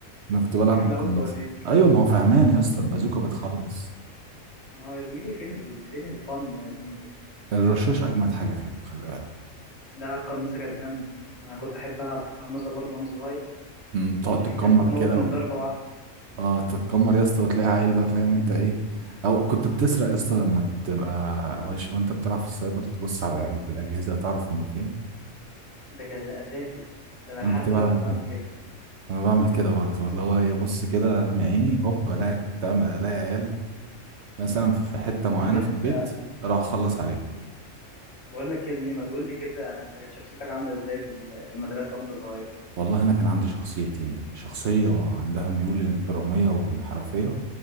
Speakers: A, on the right; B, on the left.
A: انا كنت بلعب
B: <laughs> اللي بيلعبوا
A: بالقناصه
B: بوازيك
A: ايوه ما هو فهمان يا اسطى البازوكه بتخلص
B: ما هو يا زميلي فين ال... فين الفن يا زميلي
A: الرشاش اجمد حاجه فيهم خلي بالك
B: ده القناصه كانت جامده انا كنت احب العب بالقناصه برضه وانا صغير
A: أمم، تقعد
B: عشان
A: طب تتكمر
B: كانت بتموت
A: كده
B: من
A: و...
B: ضربه واحده
A: اه تتكمر يا اسطى وتلاقي عيل بقى فاهم انت ايه او كنت بتسرق يا اسطى لما تبقى وش... وانت بتلعب في السايبر تبص على العيال في الاجهزه تعرف هم فين
B: ده كده ده اساسي ده انا لحد
A: انا كنت
B: دلوقتي
A: بعمل
B: بعمل
A: كده
B: كده
A: انا
B: <laughs>
A: بعمل كده برضه اللي هو ايه ابص كده ارمي عيني هوب الاقي كنت أعمل- الاقي عيال مثلا في حته معينه
B: طب انت
A: في البيت اروح اخلص عليهم
B: بقول لك يا زميلي ما تقول لي كده انت كانت شخصيتك عامله ازاي في ال- في المدرسه وانت صغير
A: والله انا كان عندي شخصيتين شخصيه عندها ميول اجراميه وانحرافيه